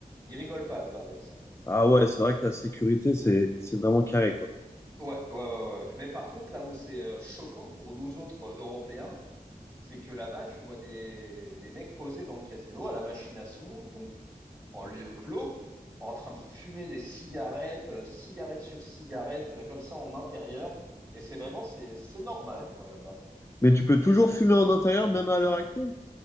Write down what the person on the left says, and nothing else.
Ah ouais, c'est vrai que la sécurité, c'est c'est vraiment carré, quoi.
Mais tu peux toujours fumer en intérieur, même à l'heure actuelle?